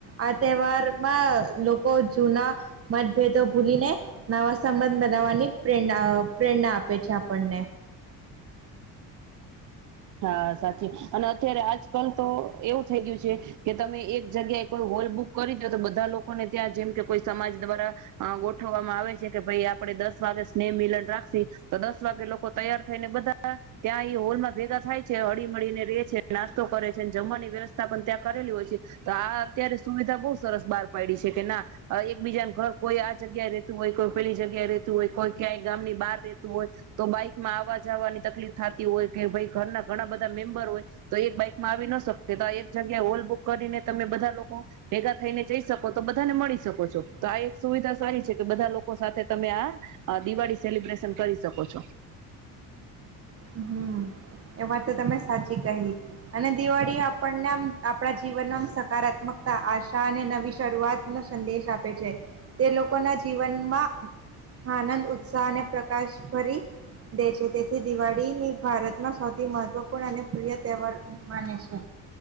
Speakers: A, on the right; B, on the right.
A: આ તહેવારમાં લોકો જૂના મતભેદો ભૂલીને નવા સંબંધ મેનાવવાની પ્રેણા પ્રેરણા આપે છે આપણને.
B: હા સાચી અને અત આજકાલ તો એવું થઈ ગયું છે, કે તમે એક જગ્યાએ કોઈ હોલ બુક કરી દે તો બધા લોકોને ત્યાં જેમ કે કોઈ સમાજ દ્વારા અ ગોઠવવામાં આવે છે કે ભાઈ આપણેે દસ વાગે સ્નેહ મિલન રાખશ તો દસ વાગે લોકો તૈયાર થઈ ને બધા ત્યાં એ હોલ માં થાય છે હળી મળળીને ર છે નાસ્તો કરે છે જમવાની વ્યવસ્થા પણ ત્યાં કરેલી હોય છે, તો આ અત્યારે સુવિધા બહુ સરસ બહાર પાડી છે કે ના, એક બીજાને ઘર કોઈ આ જગ્યા રેતું હોય કોઈ પેલી જગ્યાએ રહેતું હોય કોઈ ક્યાંય ગામ ની બહાર રેતું હોય, તો બાઈકમાં આવવા જવાની તકલીફ થતી હોય. કે ભાઈ ઘરના ઘણા બધા મેમ્બર હોય, તો એક બાઈકમાં આવી ન શકશે તો આ એક જગ્યા ઓલ બુક કરીને તમે બધા લોકો, ભેગા થઈને જઈ શકો તો બધાને મળી શકો છો તો આ એક સુવિધા સારી છે કે બધા લોકો સાથે તમે આ દિવાળી સેલિબ્રેશન કરી શકો છો.
A: હમ, એ વા તો તમે સાચી કહી, અને દિવાળી આપણને આપણા જીવનમાં સકારાત્મકતા આશા અને નવી શરૂઆત ન સંદેશ આપે છે, તે લોકોના જીવનમાં આનંદ ઉત્સાહ અને પ્રકાશ ભરી દે છે, તેથી દિવાળી કડીની ભારતમાં સૌથી મહત્વપૂર્ણ અને પ્રિય તહેવાર માને છે.